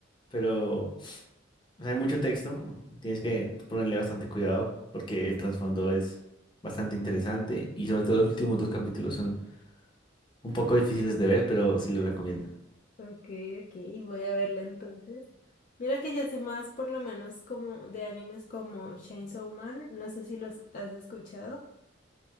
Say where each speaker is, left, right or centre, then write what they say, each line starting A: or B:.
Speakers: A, on the left; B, on the left.
A: pero o sea, hay mucho texto. Tienes que ponerle bastante cuidado porque el trasfondo es bastante interesante y sobre todo los últimos dos capítulos son un poco difíciles de ver, pero sí los recomiendo.
B: Ok, ok, voy a verla entonces. Mira que yo soy más por lo menos como de animes como Chainsaw Man, no sé si los has escuchado,